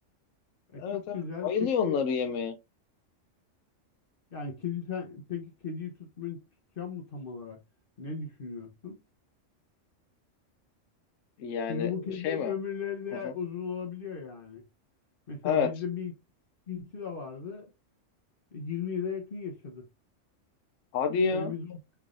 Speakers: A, on the left; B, on the left.
A: E,
B: Evet
A: çok
B: evet.
A: güzel.
B: Bayılıyor
A: Peki
B: onları yemeye.
A: yani kedi sen peki kediyi tutmayı tutacağım mı tam olarak? Ne düşünüyorsun?
B: Yani
A: Çünkü bu kedilerin
B: şey mi?
A: ömürleri de
B: <laughs>
A: uzun olabiliyor yani. Mesela
B: Evet.
A: bizde bir cinsi de vardı. 20 yıla yakın yaşadı.
B: Hadi ya.
A: Öyle bir zor